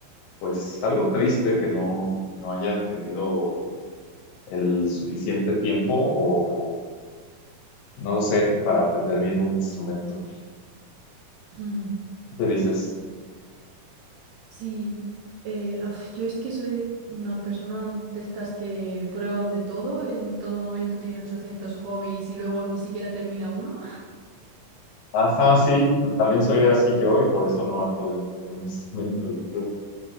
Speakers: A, on the left; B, on the right.
A: pues algo triste que no, que no haya tenido el suficiente tiempo o no lo sé, para aprender bien un instrumento.
B: Mm,
A: Te dices,
B: Sí, eh, af, yo es que soy una persona de estas que prueban de todo, en todo momento tiene 800 hobbies y luego ni siquiera termina uno.
A: ajá, sí, también soy así yo y por eso no he podido aprender un <laughs> instrumento, yo creo.